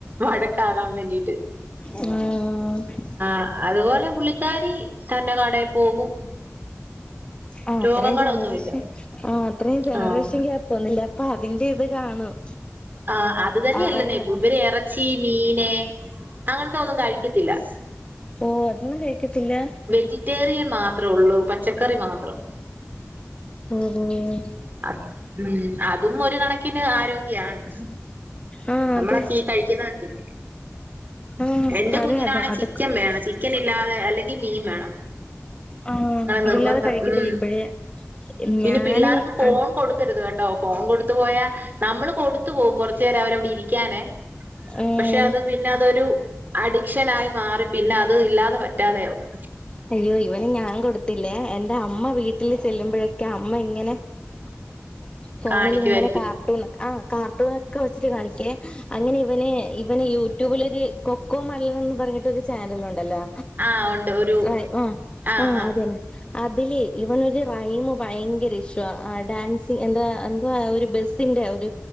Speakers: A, on the right; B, on the left.
A: വഴക്കാകാം വേണ്ടീട്ട്
B: ഉം ആഹ്
A: അ അത്പോലെ പുള്ളിക്കാരി തന്നെ കടേ പോകും
B: ആഹ്‌
A: രോഗങ്ങളൊന്നുമില്ല
B: അത്രേം ജെനെറെഷെൻ ആഹ് അത്രേം ജെനെറേഷെൻ
A: ആ
B: ഗ്യാപ്പ് വന്ന്ല്ലേ അ പ്പാെ അതിന്റെ ഇത് കാണും
A: ആഹ്‌ അത് തന്നെയെല്ലെന്നേ
B: അവരുടെ
A: ബെര് എറെച്ചി മീന് അങ്ങെൻത്തെ ഒന്നും കഴിക്കത്തില്ലാ
B: ഓഹ്‌ അതൊന്നും കഴിക്കത്തില്ലാ
A: വെജിറ്റേറിയെൻ മാത്രേ ഒള്ളു പച്ചക്കറി മാത്രം
B: ഓഹ് ഓഹ്
A: അത് ഉം അതും ഒര് കണക്കിന് ആരോഗ്യാണ്
B: ആഹ്
A: നമ്മളക്കീ
B: അതെ
A: ഈ കഴിക്ക്യ്ന്നതൊക്കേ
B: ആഹ്
A: എന്റെ കുഞ്ഞിനാണേ
B: അതെ അതെ അതൊക്കെ
A: ചിക്കെൻ വേണം ചിക്കെനില്ലാതെ അല്ലെങ്കി മീൻ വേണം
B: ആഹ്‌
A: അങ്ങനെ
B: അതില്ലാതെ
A: നിർബന്ധം
B: കഴിക്കത്തില്ല
A: ഉം
B: ഇപ്പഴേ
A: പിന്നെ
B: ഞാനും
A: പിള്ളേർക്ക്
B: അ
A: ഫോൺ കൊട്ക്കര്ത് കേട്ടോ ഫോൺ കൊട്ത്തു പോയാ നമ്മെള് കൊട്ത്ത് പോവും കൊറെച്ചേരവരവ്ടെ ഇരിക്ക്യാനേ
B: ഉം
A: പക്ഷെ അത് പിന്നെ അതൊരു അഡിക്ഷനായി മാറി പിന്നെ അത് ഇല്ലാതെ പറ്റാതെയാവും
B: അയ്യോ ഇവെന് ഞാൻ കൊട്ത്തില്ലേ എന്റെ അമ്മ വീട്ടില് ചെല്ല്മ്പഴെക്കെ അമ്മ ഇങ്ങെനെ
A: <inaudible>
B: ഫോണിലിങ്ങെനെ
A: കാണിക്കുവായിരിക്കും
B: കാർട്ടൂണ് ആഹ്‌ കാർട്ടൂണാെക്കെ വെച്ചിട്ട് കാണിക്ക്യേ അങ്ങെനെ ഇവെന് ഇവെന് യൂടൂബിലൊര് കൊക്കോ മെലെനെന്ന് പറഞ്ഞിട്ടൊരു ചാനലുണ്ടല്ലാ
A: ആഹ്‌ ഒണ്ട് ഒരു
B: ആയ്‌ ആഹ്‌
A: ആഹ്
B: ആഹ്‌ അത് തന്നെ അതിലെ ഇവനൊരു റൈമ് ഭയെങ്കെരെ ഇഷ്ടവാ ഡാൻസി എന്താ എന്ത്‌വാ ഒരു ബെസ് സ്സിന്റെ ഒരു